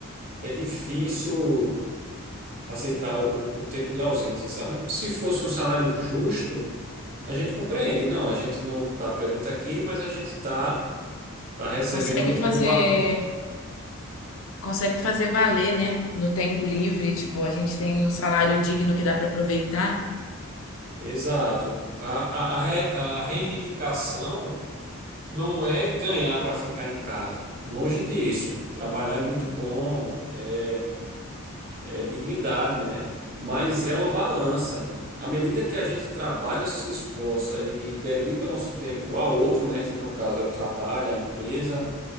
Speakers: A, on the right (about 40°); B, on the left (about 65°).
A: é difícil aceitar o, o tempo de ausência, sabe? Se fosse um salário justo. A gente compreende, não, a gente não está presente aqui, mas a gente está tá tá recebendo
B: Consegue
A: um,
B: fazer.
A: um va- um-
B: consegue fazer valer, né? No tempo livre, tipo, a gente tem um salário digno que dá para aproveitar.
A: Exato. A, a, a re- a reivindicação não é ganhar para ficar em casa. Longe disso. Trabalhar é muito bom, é, é dignidade, né? Mas é uma balança. À medida que a gente trabalha, se esforça e dedica o nosso tempo ao outro, né? Que no caso é o trabalho, a empresa.